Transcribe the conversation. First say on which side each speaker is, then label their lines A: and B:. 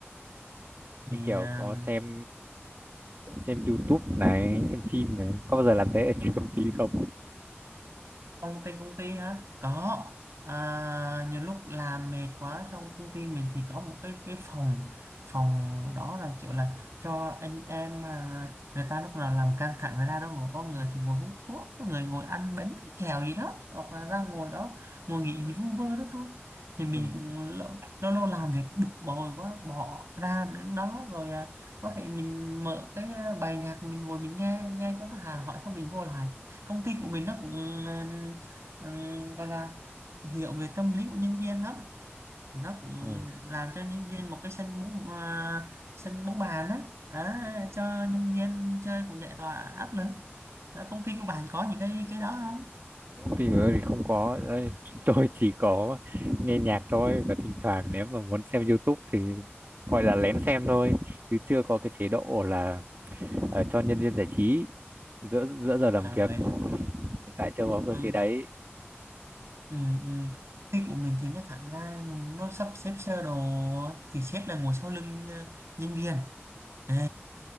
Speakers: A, on the right; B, on the right.
A: thì
B: như kiểu
A: à,
B: có xem xem YouTube này xem phim này có bao giờ làm thế ở trên công ty không
A: Công ty công ty hả? Có. À, nhiều lúc làm mệt quá xong công ty mình thì có một cái cái phòng phòng đó là kiểu là cho anh em à, người ta lúc nào làm căng thẳng người ta đó ngồi có người thì ngồi hút thuốc có người ngồi ăn bánh kẹo gì đó hoặc là ra ngồi đó ngồi nghỉ gì vu vơ đó thôi thì mình
B: ừ.
A: cũng lâu lâu, lâu làm việc bực bội quá bỏ ra đứng đó rồi à, có thể mình mở cái à, bài nhạc mình ngồi mình nghe nghe cho nó hà hỏi xong mình vô lại công ty của mình nó cũng ừm, ừm, gọi là hiểu về tâm lý của nhân viên lắm nó cũng
B: Ừ.
A: làm cho nhân viên một cái sân bóng à, sân bóng bàn á Đó, cho nhân viên chơi cũng giải tỏa áp lực Đó, công ty của bạn có những cái cái đó không
B: công ty của tôi thì không có đấy, tôi chỉ có nghe nhạc thôi và thỉnh thoảng nếu mà muốn xem YouTube thì gọi là lén xem thôi chứ chưa có cái chế độ là ờ, cho nhân viên giải trí giữa giữa giờ làm
A: à
B: việc
A: vậy hả?
B: Ừ, hiện tại chưa có
A: Ừm,
B: cơ chế đấy
A: ừm, ừm. công ty của mình thì nó thẳng ra nó sắp xếp sơ đồ thì sếp là ngồi sau lưng ờ, nhân viên Ê,